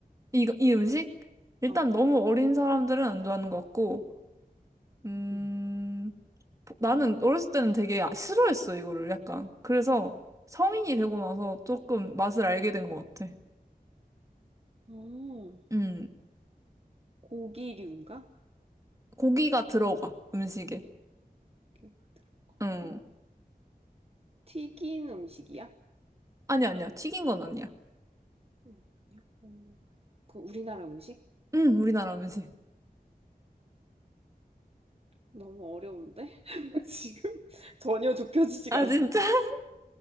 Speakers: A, on the right (about 20°); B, on the right (about 40°).
A: 이거, 이 음식? 일단
B: 어,
A: 너무 어린 사람들은 안 좋아하는 것 같고, 음,
B: 음.
A: 보- 나는 어렸을 때는 되게 아- 싫어했어, 이거를 약간. 그래서 성인이 되고
B: 음.
A: 나서 조금 맛을 알게 된 것 같아.
B: 어,
A: 음,
B: 고기류인가?
A: 고기가 들어가, 음식에.
B: 고기가 들어가고.
A: 음,
B: 튀긴 음식이야?
A: 아니야, 아니야. 튀긴 건 아니야.
B: 음, 음. 그 우리나라 음식?
A: 음, 우리나라 음식.
B: 너무 어려운데? <laughs> 지금 전혀 좁혀지지가
A: 아,
B: 않는데.
A: 진짜? <laughs>